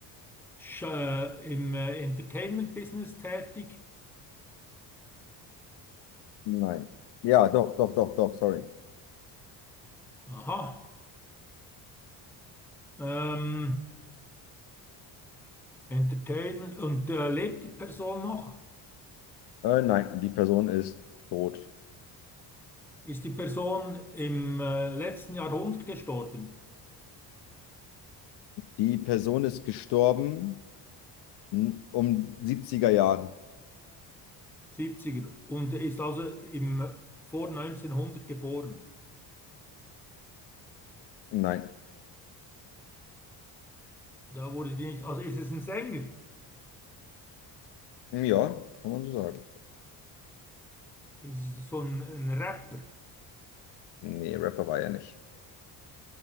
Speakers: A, in the centre; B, on the left.
A: sch, äh, im äh, Entertainment-Business tätig.
B: nein. Ja, doch, doch, doch, doch, sorry.
A: Aha. Ähm, Entertainment. Und äh, lebt die Person noch?
B: Äh, nein, die Person ist tot.
A: Ist die Person im äh, letzten Jahrhundert gestorben?
B: Die Person ist gestorben hm, um 70er Jahre.
A: 70er. Und er ist also im, vor 1900 geboren.
B: Nein.
A: Da wurde die nicht, also ist es ein Sänger?
B: Ja, kann man so sagen.
A: Ist es so ein, ein Rapper?
B: Nee, Rapper war er nicht.